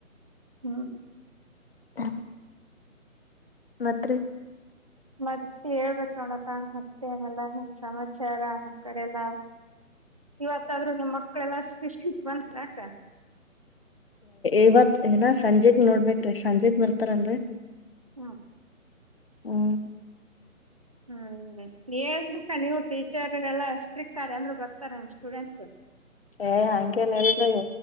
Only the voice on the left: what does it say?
ಹ್ಮ ಮಾತ್ರೆ
ಇವತ್ ಏನ ಸಂಜೆಗೆ ನೋಡ್ಬೇಕ್ರೀ ಸಂಜೆ ಬರ್ತಾರಲ್ರ್ ರಿ
ಹ್ಮ್
ಏ ಹಂಗೇನ್ ಹೇಳರಿ